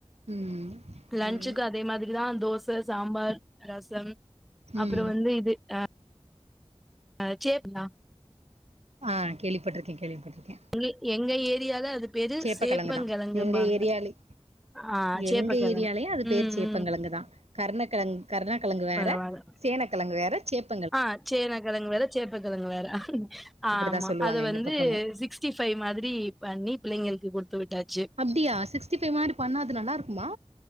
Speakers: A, on the right (about 80°); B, in the centre.
A: ம்
B: லன்ச்சுக்கு
A: என்
B: அதே மாதிரிதா தோச சாம்பார் ரசம் அப்றோ
A: ம்
B: வந்து இது அ ஆ சேப்புன்னா
A: ஆ கேள்விப்பட்ருக்கே கேள்விப்பட்ருக்கே
B: தோழி எங்க ஏரியால அது பேரு
A: சேப்பக்கெழங்கு
B: சேப்பங்கெழங்கும்பாங்க
A: தா எங்க ஏரியாலே
B: ஆ சேப்பக்கெழ
A: எங்க ஏரியாலயு அது
B: ம்
A: பேர் சேப்பங்கெழங்கு
B: ம்
A: தா கருணக்கெழங் கருணக்கெழங்கு வேற
B: பரவால்ல
A: சேனக்கெழங்கு வேற சேப்
B: ஆ சேனா கெழங்கு வேற சேப்பக்கெழங்கு வேற
A: அப்டிதா
B: ஆமா
A: சொல்லுவாங்க
B: அத
A: எங்க
B: வந்து
A: பக்கமு
B: சிக் ஸ்டி ஃபைவ் மாதிரி பண்ணி பிள்ளைங்களுக்கு குடுத்து விட்டாச்சு
A: அப்டியா சிக்ஸ்டி ஃபைவ் மாரி பண்ணா அது நல்லா இருக்குமா